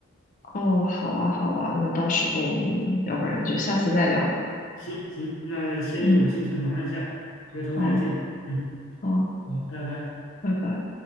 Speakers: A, on the left; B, on the left.
A: 哦，好啊，好啊，那到时候我们要不然就下次再聊。
B: 行行，那先我先去忙一下，
A: 嗯。
B: 回头再见。
A: 好啊
B: 嗯，
A: 好啊
B: 好，拜拜。
A: 拜拜。